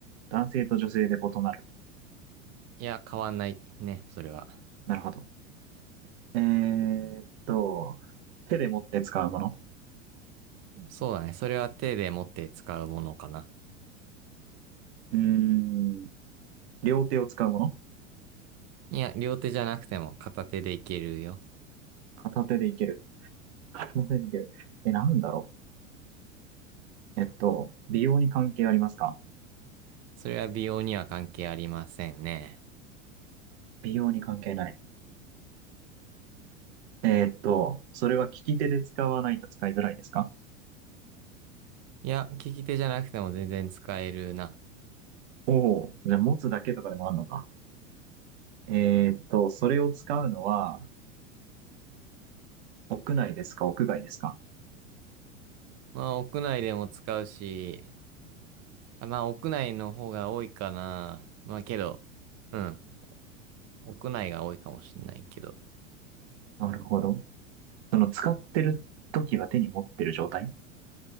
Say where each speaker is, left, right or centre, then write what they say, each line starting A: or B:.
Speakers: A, on the right (about 60°); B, on the right (about 40°).
A: 男性と女性で異なる。
B: いや、変わんないね、それは。
A: なるほど。えーっと、手で持って使うもの
B: そうだね。それは手で持って使うものかな。
A: うーん。両手を使うもの
B: いや、両手じゃなくても片手でいけるよ。
A: 片手でいける。片手でいける。え、なんだろう。えっと、美容に関係ありますか
B: それは美容には関係ありませんね。
A: 美容に関係ない。えっと、それは利き手で使わないと使いづらいですか
B: いや、利き手じゃなくても全然使えるな。
A: おおー、じゃあ持つだけとかでもあるのか。えっと、それを使うのは、屋内ですか屋外ですか
B: まあ、屋内でも使うし、あまあ、屋内の方が多いかな。まあ、けど、うん。屋内が多いかもしんないけど。
A: なるほど。その使ってる時は手に持ってる状態